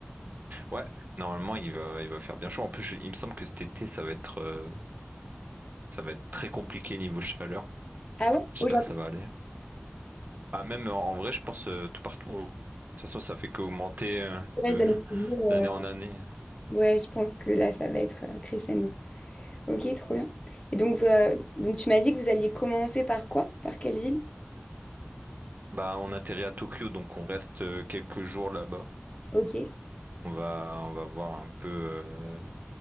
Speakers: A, on the right; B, on the left.
A: Ouais, normalement, il va, il va faire bien chaud. En plus, je- il me semble que cet été, ça va être, euh, ça va être très compliqué niveau chaleur.
B: Ah ouais?
A: J'espère
B: Au Japon,
A: que ça va aller. Ah, même en en vrai, je pense euh, tout partout. hein. De toute façon, ça fait qu'augmenter euh,
B: ouais,
A: de
B: j'allais te
A: <laughs>
B: dire.
A: d'année en
B: euh,
A: année.
B: Ouais, je pense que là, ça va être euh, crescendo. Ok, trop bien. Et donc, euh, donc tu m'as dit que vous alliez commencer par quoi? Par quelle ville?
A: Bah, on atterrit à Tokyo, donc on reste euh, quelques jours là-bas.
B: Ok.
A: On va, on va voir un peu euh,